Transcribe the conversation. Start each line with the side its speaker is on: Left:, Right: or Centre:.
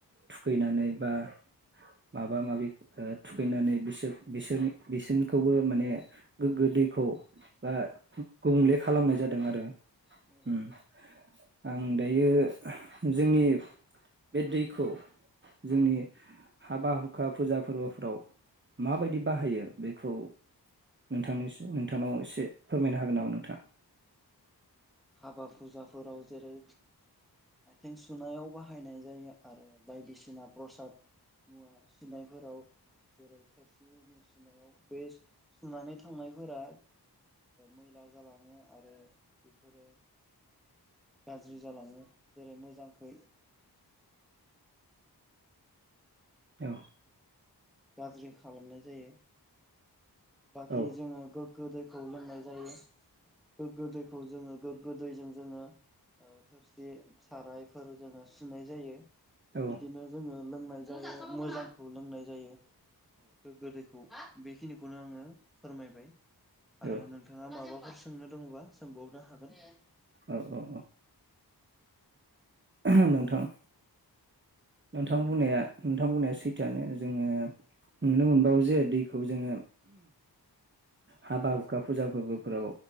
Right: थुखैनानै बा माबा माबि थुखैनानै बिसोर बिसोरनि बिसोरनिखौबो माने गोग्गो दै। खौ बा गुबुंले खालामनाय जादों आरो।
Centre: औ
Right: उम। आं दायो जोंनि बे दैखौ। जोंनि
Centre: औ
Right: हाबा हुखा फुजा फोरबोफोराव माबायदि बाहायो बेखौ नोंथांनिसि नोंथांनाव इसे फोरमायनो हागोन नामा नोंथा?
Centre: हाबा फुजाफोराव जेरै आथिं सुनायाव बाहायनाय जायो आरो बायदिसिना प्रसाद मुवा सुनायफोराव जेरै थोरसि उनु सुनायाव बे सुनानै थांनायफोरा मैला जालाङो आरो बेफोरो गाज्रि जालाङो जेरै मोजांखै
Right: औ
Centre: गाज्रि खालामनाय जायो। बाखि
Right: औ
Centre: जोङो गो गोग्गो दैखौ लोंनाय जायो गोग्गो दैखौ जोङो गोग्गो दैजों जोङो ओ थोरसि साराइफोर जोङो सुनाय जायो।
Right: औ
Centre: बिदिनो
Right: औ
Centre: जोङो। लोंनाय जायो मोजांखौ लोंनाय जायो। गोग्गो दैखौ बेखिनिखौनो आङो फोरमायबाय।
Right: औ
Centre: आरो नोंथाङा माबाफोर। सोंनो दङबा सोंबावनो हागोन।
Right: औ औ औ नोंथां नोंथां बुंनाया नोंथां बुंनाया सैथोआनो जोङो नुनो मोनबावो जे दैखौ जोङो हाबा हुखा फुजा फोरबोफोराव